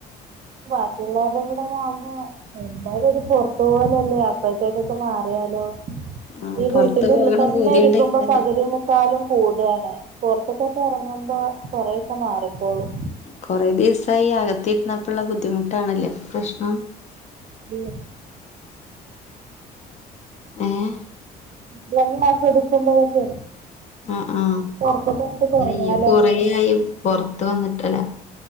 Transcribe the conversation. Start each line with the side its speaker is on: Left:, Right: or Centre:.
Right: ബാക്കിയുള്ള വരുടെ കൂടെ വേണ്ടേ എന്തായാലും ഒരു പുറത്തു പോവലല്ലേ അപ്പഴത്തേക്കൊക്കെ മാറിയാലോ
Left: ആഹ്
Right: ഈ
Left: പൊറത്ത്
Right: വീട്ടിന് ഉുള്ളിൽ
Left: പോകണ
Right: തന്നെ
Left: പൂതിയോണ്ടേക്കാരല്ലേ
Right: ഇരിക്കുമ്പോ പകുതി കാലും കൂടാണ് പുറത്തൊക്കൊക്കെ ഇറങ്ങുമ്പോ കൊറേൊക്കെ മാറിക്കോളും
Left: കുറെേ ദിവസായി അകത്തിരുന്നപ്പോള്ള ബുദ്ധിമുട്ടാണല്ലേ ഇപ്പം പ്രശ്നം
Right: ഉം
Left: ഏഹ്
Right: ഭംഗി ആസ്വദിക്കുമ്പോഴൊക്കെ
Left: ആഹ് ആഹ്
Right: പുറത്തൊക്കെ അങ്ങട്ട് കുറഞ്ഞാലോ
Left: അല്ലെ ഇ കൊറേയായി പുറത്ത് വന്നിട്ടല്ല